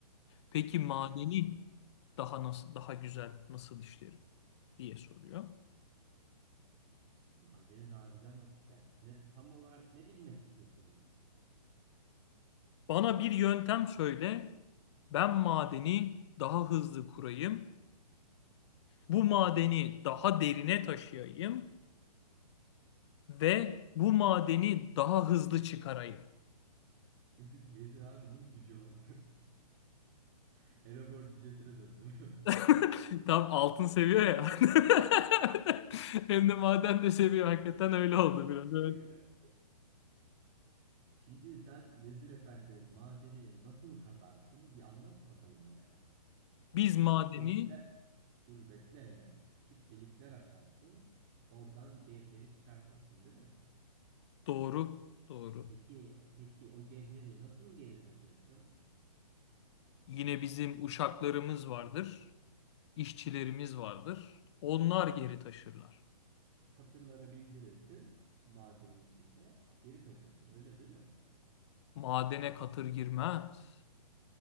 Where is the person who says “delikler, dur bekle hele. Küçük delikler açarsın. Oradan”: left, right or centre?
Right